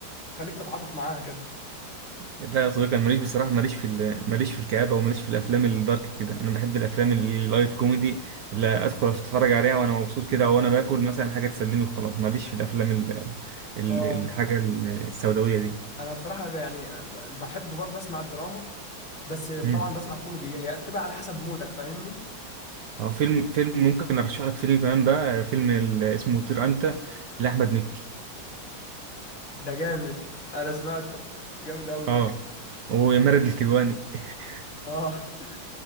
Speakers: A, on the left (about 40°); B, on the right (about 65°).
A: وتخليك تتعاطف معاها كده
B: لا يا صديقي انا ماليش بصراحه ماليش في ال- ماليش في الكآبه وماليش في الافلام الدارك كده انا بحب الافلام اللايت كوميدي اللي ادخل اتفرج عليها وانا مبسوط كده وانا باكل مثلا حاجه تسليني وخلاص ماليش في الافلام ال... ال...
A: اه
B: الحاجه السوداويه دي
A: انا بصراحه ب- يعني آه، ب- بحب برضه اسمع الدراما بس طبعا
B: امم
A: بسمع كوميدي هي بتبقى على حسب مودك فاهمني
B: هو فيلم فيلم ممكن ارشح لك فيلم كمان بقى فيلم ال- اسمه طير انت لاحمد مكي
A: ده جامد انا سمعته جامد قوي
B: اه ومارد الكدواني <laughs>
A: اه <laughs>